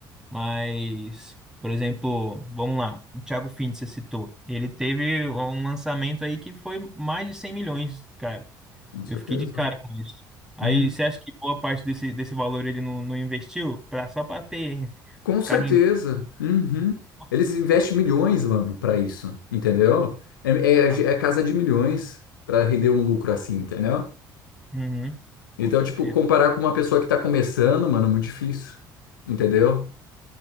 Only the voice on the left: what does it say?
Com certeza.
Uhum.
Com
certeza.
Uhum.
Eles investem milhões, mano, pra isso, entendeu? É,
é- é casa de milhões pra render um lucro assim, entendeu?
Então,
tipo, comparar com uma pessoa que tá começando, mano, é muito difícil, entendeu?